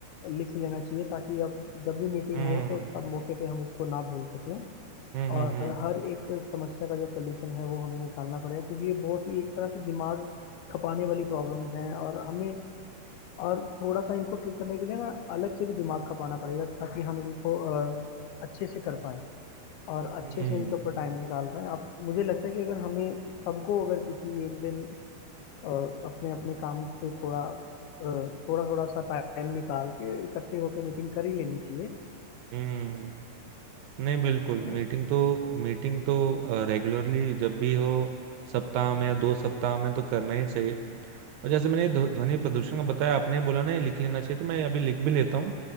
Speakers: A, on the left; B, on the right.
A: लिख लेना चाहिए ताकि अब जब भी मीटिंग
B: हम्म
A: हो तो तब मौके पे हम इसको ना भूल सकें
B: हम्म हम्म
A: और हर एक समस्या का जो सोल्यूशन है वो हमें निकालना पड़ेगा क्योंकि ये बहुत ही एक तरह से दिमाग खपाने वाली प्रॉब्लम्स हैं और हमें और थोड़ा सा इनको ठीक करने के लिए ना अलग से भी दिमाग खपाना पड़ेगा ताकि हम इनको अ, अच्छे से कर पाएं और अच्छे
B: हम्म
A: से इनके ऊपर टाइम निकाल पाएं आप मुझे लगता है कि अगर हमें सबको अगर किसी एक दिन अ, अपने अपने काम से थोड़ा थोड़ा थोड़ा सा टाइम निकाल के इकट्ठे होकर मीटिंग कर ही लेनी चाहिए
B: हम्म, नहीं बिल्कुल
A: हाँ
B: मीटिंग तो मीटिंग तो रेगुलरली जब भी हो सप्ताह में या दो सप्ताह में तो करना ही चाहिए और जैसे मैंने ध्व- ध्वनि प्रदूषण
A: हम्म,
B: का बताया आपने बोला ना ये लिख लेना चाहिए तो मैं अभी लिख भी लेता हूँ